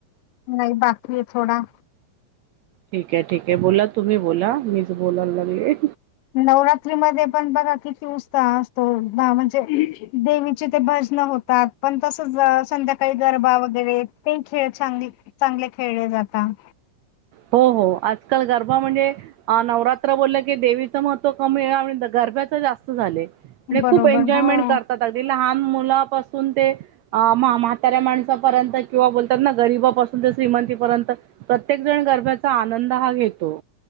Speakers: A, on the left; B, on the right.
A: नाही बाकी आहे थोडा.
B: ठीक आहे ठीक आहे बोला तुम्ही बोला मीच बोलायला लागले.
A: नवरात्री मध्ये पण बघा किती उत्साह असतो म्हणजे देवीचे ते भजन होत. होत पण तसच संध्याकाळी गरबा वगैरे ते खेळ चांगली चांगले खेळले जातात.
B: हो हो आजकाल गरबा म्हणजे अ नवरात्र बोललं की देवीचं महत्त्व कमी आहे आणि गरब्याच जास्त झाले. म्हणजे
A: बरोबर
B: खूप एन्जॉयमेंट
A: हो
B: करतात अगदी लहान मुलापासून ते अ म्हाताऱ्या माणसापर्यंत किंवा बोलतात ना गरीबापासून ते श्रीमंतीपर्यंत प्रत्येक जण गरब्याचा आनंद हा घेतो.